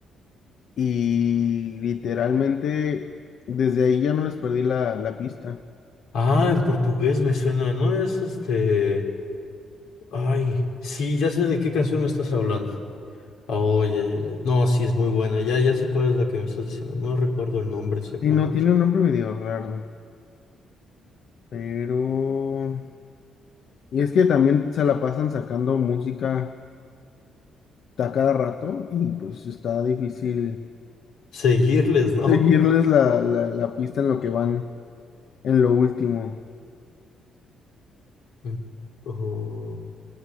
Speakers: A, on the left; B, on the left.
A: y literalmente desde ahí ya no les perdí la, la pista.
B: Ah, en portugués me suena, ¿no es este... Ay, sí, ya sé de qué canción me estás hablando. Oh, ya, ya, ya. No, sí, es muy buena. Ya, ya sé cuál es la que me estás diciendo. No recuerdo el nombre exactamente.
A: Sí, no, tiene un nombre medio raro, pero... Y es que también se la pasan sacando música a cada rato y pues está difícil
B: Seguirles, ¿no?
A: seguirles la, la la pista en lo que van, en lo último.
B: Mm. Oh,